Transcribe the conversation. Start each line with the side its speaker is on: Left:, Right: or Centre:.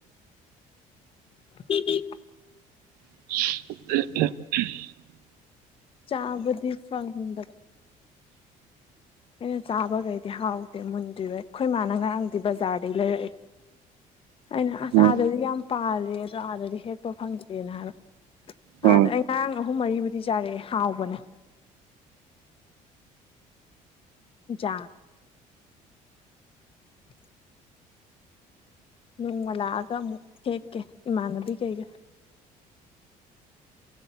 Left: ꯏ
Right: <inaudible>
Left: ꯆꯥꯕꯗꯤ ꯐꯪꯗꯕ ꯑꯩꯅ ꯆꯥꯕꯈꯩꯗꯤ ꯍꯥꯎꯗꯦ ꯃꯨꯟꯗꯣꯏꯔꯣꯏ ꯑꯩꯈꯣꯏ ꯃꯥꯅ ꯉꯔꯥꯡꯗꯤ ꯕꯖꯥꯔꯗꯩ ꯂꯩꯔꯛꯑꯦ ꯑꯩꯅ ꯑꯁ
Right: ꯎꯝ
Left: ꯑꯥꯗꯗꯤ ꯌꯥꯝ ꯄꯥꯜꯂꯦ ꯑꯗꯣ ꯑꯥꯗꯗꯤ ꯍꯦꯛꯄ ꯐꯪꯗꯦꯅ ꯍꯥꯏꯕꯣ
Right: ꯎꯝ
Left: ꯑꯥꯗ ꯑꯩ ꯉꯔꯥꯡ ꯑꯍꯨꯝ ꯃꯔꯤꯕꯨꯗꯤ ꯆꯥꯔꯛꯑꯦ ꯍꯥꯎꯕꯅꯦ ꯌꯥ <inaudible> ꯅꯣꯡꯃ ꯂꯥꯛꯑꯒ ꯑꯃꯨꯛ ꯍꯦꯛꯀꯦ ꯏꯃꯥꯟꯅꯕꯤ ꯀꯩꯀꯩ